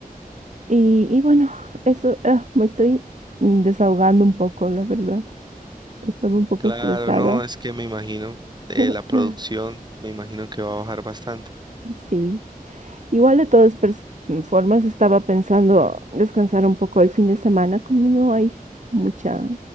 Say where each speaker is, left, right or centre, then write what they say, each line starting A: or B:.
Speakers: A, on the right; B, on the right.
A: Y, y bueno, eso, ah, me estoy mm, desahogando un poco, la verdad. Estaba un poco
B: Claro,
A: estresada.
B: no, es que me imagino, eh,
A: <laughs>
B: la producción, me imagino que va a bajar bastante.
A: Sí, igual de todas pers- mm, formas estaba pensando descansar un poco el fin de semana, como no hay mucha